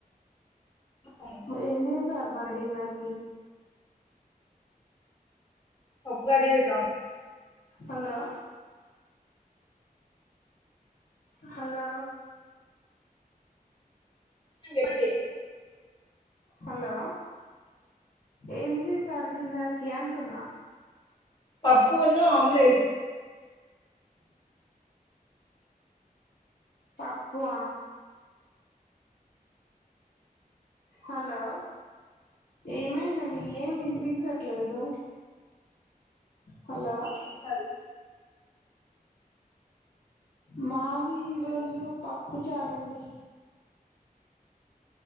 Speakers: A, on the left; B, on the left.
A: అవును.
B: ఎం చేసార్ మరి డిన్నర్కి
A: పప్పు curry with um
B: hello hello
A: సింగె బండి
B: హలో ఏం జేసారు డిన్నర్కి అంటున్నా
A: పప్పు ఉన్ను ఆమ్లెట్
B: పప్పు ఆ హలో ఏమైందండి ఏం వినిపించట్లేదు హలో
A: ఏం చేస్తారు ఇది?
B: మాది ఈ రోజు
A: హలో
B: పప్పు చారండి